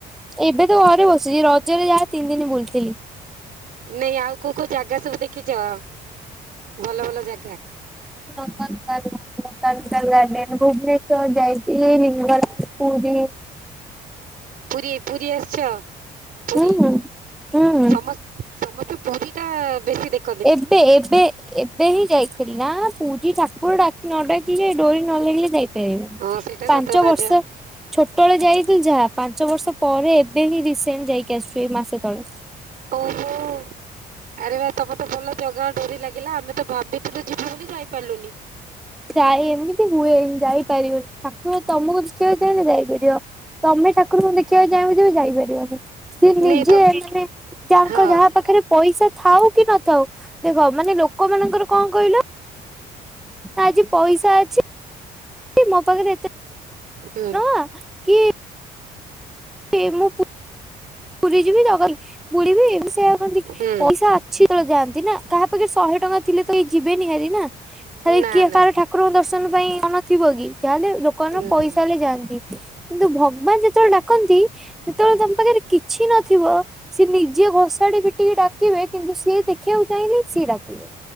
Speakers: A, in the centre; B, on the right.
A: ଏବେ ତ ଘରେ ବସ ଶ୍ରୀ ରଜରେ ଯାହା ତିନି ଦିନ ବୁଲଥିଲି।
B: ନାଇଁ ଆଉ କୋଉ କୋଉ ଜାଗା ସବୁ ଦେଖିଚ? ଭଲ ଭଲ ଜାଗା।
A: ଲବାଲ କାଳୀ ମନ୍ଦିର। <unintelligible> ଭୁବନେଶ୍ଵର ଯାଇଥିଲ ଲିଙ୍ଗ ରାଜ ପୁରି
B: ପୁରୀ ପୁରୀ ଆସିଛ? ପୁରୀ
A: ହୁଁ ହୁଁ
B: ସମସ୍ ସମସ୍ତେ ପୁରୀଟା ବେଶୀ ଦେଖ୍
A: ଏବେ ଏବେ ଏ ଏବେ ହିଁ ଯାଇଥିଲି ନା ପୁରୀ ଠାକୁର ଡାକି ନ ଡାକିଲେ ଡୋରି ନ ଲାଗିଲେ ଯାଇ ପାରିବନି।
B: ହଁ ସେଇଟା
A: ପାଞ୍ଚ
B: ସତ କଥା
A: ବର୍ଷ
B: ଯା
A: ଛୋଟବେଳେ ଯାଇ ଥିଲି ଯାହା ପାଞ୍ଚ ବର୍ଷ ପରେ ଏବେ ହିଁ ରିସେଣ୍ଟ ଯାଇକି ଆସିଛୁ ଏଇ ମାସେ ତଳେ।
B: ଓହୋ। ଆରେ ବା ତମର ତ ଭଲ ଜଗାଙ୍କ ଡୋରି ଲାଗିଲା। ଆମେ ତ ଭାବିଥିଲୁ ଯିବୁ ବୋଲି ଯାଇପାରିଲୁନି।
A: ଯାଇ ଏମିତି ହୁଏ ଯାଇପାରିବନି। ଠାକୁର ତମୁକୁ ଦେଖିଆକୁ ଚାହିଁଲେ ଯାଇପାରିବ। ତମେ ଠାକୁରୁଙ୍କୁ ଦେଖିବାକୁ ଚାହିଁବ ଯେବେ ଯାଇପାରିବନି। ସିଏ ନିଜେ
B: ନାଇଁ ତମ
A: ମାନେ ତାଙ୍କ
B: ହଁ
A: ଯାହା ପାଖେରେ ପଇସା ଥାଉ କି ନଥାଉ। ଦେଖ ମାନେ ଲୋକମାନଙ୍କର କଣ କହିଲ ନା ଆଜି ପଇସା ଅଛି ମୋ ପାଖେରେ ଏତେ
B: ହୁଁ
A: ଟଙ୍କା କି କି ମୁଁ ପୁ-ପୁରୀ ଯିବି <unintelligible> ବୁୁଲିବି <unintelligible>
B: ହୁଁ
A: ପଇସା ଛି ଯେତେବେଳେ ଯାଆନ୍ତି ନା। କାହା ପାଖେରେ ଶହେ ଟଙ୍କା ଥିଲେ ତ କେହି ଯିବେନି ଭାରି ନା। ଖାଲି
B: ନା
A: କିଏ
B: ନା
A: କାହାର ଠାକ୍ କୁରଙ୍କୁ ଦର୍ଶନ ପାଇଁ ମନ ଥିବ କି? ଯାହା ହେଲେ ଲୋକମାନଙ୍କ
B: ହୁଁ
A: ପଇସା
B: ହଁ।
A: ହେଲେ ଯାଆନ୍ତି। କିନ୍ତୁ ଭଗବାନ ଯେତେବେଳେ ଡାକନ୍ତି ସେତେବେଳେ ତମ ପାଖେରେ କି ଛି ନଥିବ ସିଏ ନିଜେ ଘୋଷାଡି ପିଟିକି ଡାକିବେ କିନ୍ତୁ ସିଏ ଦେଖିବାକୁ ଚାହିଁଲେ ସିଏ ଡାକିବେ।